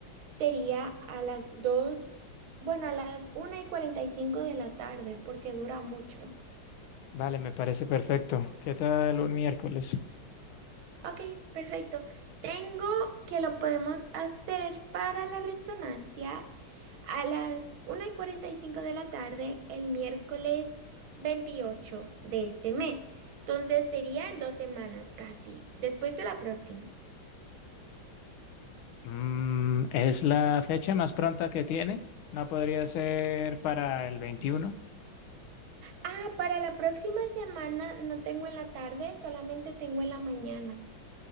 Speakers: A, on the right; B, on the left.
A: sería a las 2, bueno, a las una y 45 de la tarde, porque dura mucho.
B: Vale, me parece perfecto. ¿Qué tal un miércoles?
A: Ok, perfecto. Tengo que lo podemos hacer para la resonancia A las una y 45 de la tarde, el miércoles 28 de este mes. Entonces sería en dos semanas casi, después de la próxima.
B: Mm, ¿es la fecha más pronta que tiene? ¿No podría ser para el veintiuno
A: Ah, para la próxima semana no tengo en la tarde, solamente tengo en la mañana.